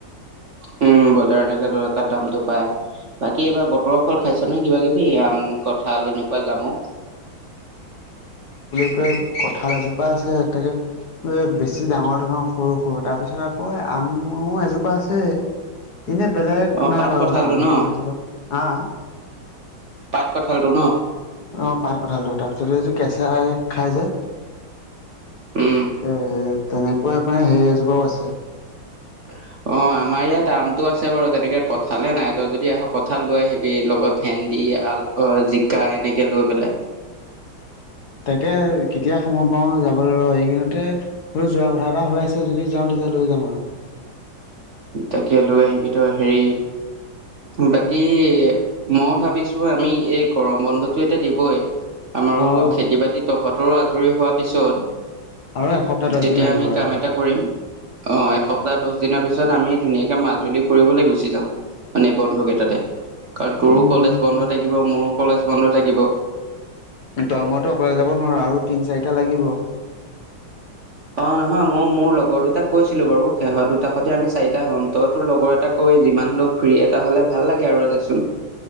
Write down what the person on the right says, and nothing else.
<inaudible> বজাৰ নিলে তহতৰ তাত দামটো পাই বাকী এইবাৰ বতৰৰ ফল খাইছ নে কিবা কিবি আম কঁঠাল তেনেকুৱা যামো
অ'
পাত
কঁঠালটো
ন
পাট কঠালটো ন
উম।
<inaudible> অ' আমাৰ ইয়াত আমটো আছে বাৰু তেনেকে কঁঠালহে নাই তই যদি আহ কঁঠাল লৈ আহিবি লগত ভেন্দি ই আল অ জিকা এনেকে লৈ পেলাই।
তাকে লৈ আহিবি তই হেৰি বাকী মই ভাবিছো, আমি এই গৰম বন্ধটো এতিয়া দিবই আমাৰো
খেতি বাতি তহঁতৰো আজৰি হোৱা পিছত
তেতিয়া
আমি
কাম এটা কৰিম। অ' এসপ্তাহ দছ দিনৰ পিছত আমি ধুনীয়াকে মাজুলী ফুৰিবলে গুচি যাওঁ। মানে বন্ধ কেইটাতে, কাৰণ তোৰো
কলেজ বন্ধ থাকিব মোৰো কলেজ বন্ধ থাকিব।
অ' নহয় মই মোৰ লগ গৰ দুটাক কৈছিলো বাৰু, সেহত দুটা সতে আমি চাৰিটা হ'ম, তই তোৰ লগৰ এটাক কবি যিমান হ'লেও ফ্ৰী এটা হ'লে ভাল লাগে আৰু এ দেচোন।